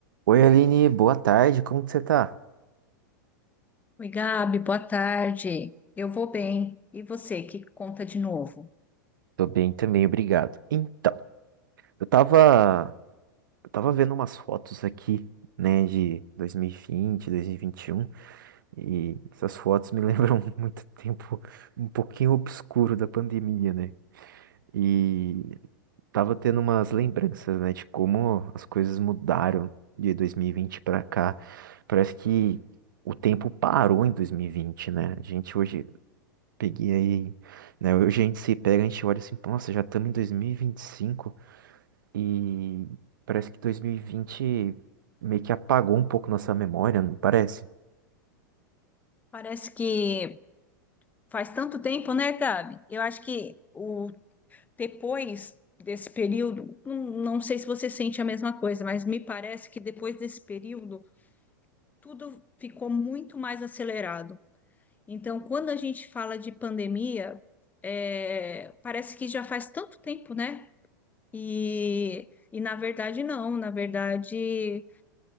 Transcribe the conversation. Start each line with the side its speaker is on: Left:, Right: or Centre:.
Right: Oi, Aline, boa tarde, como que você tá?
Left: Oi, Gabi, boa tarde. Eu vou bem. E você, que conta de novo?
Right: Tô bem também, obrigado. Então, eu tava, eu tava vendo umas fotos aqui, né, de 2020, 2021, e vinte, dois mil e vinte e um, e essas fotos me <laughs> lembram muito tempo um pouquinho obscuro da pandemia, né? E tava tendo umas lembranças, né, de como as coisas mudaram de 2020 pra cá. Parece que o tempo parou em 2020, né? A gente hoje Peguei aí, né? Hoje a gente se pega, a gente olha assim, nossa, já estamos em 2025 e vinte e cinco e parece que 2020 meio que apagou um pouco nossa memória, não parece?
Left: Parece que faz tanto tempo, né, Gabi? Eu acho que o depois desse período, não, não sei se você sente a mesma coisa, mas me parece que depois desse período tudo ficou muito mais acelerado. Então, quando a gente fala de pandemia, é, parece que já faz tanto tempo, né? E, e na verdade, não. Na verdade,